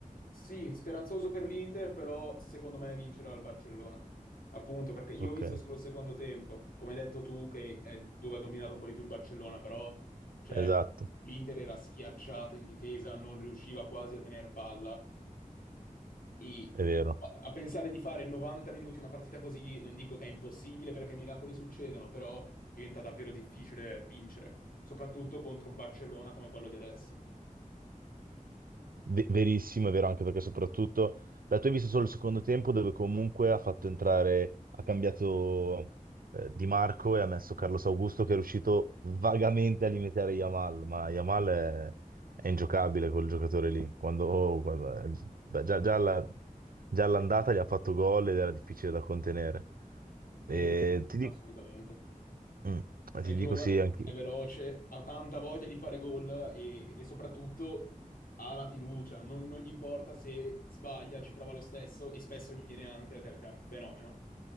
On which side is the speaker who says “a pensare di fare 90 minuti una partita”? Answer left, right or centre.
Left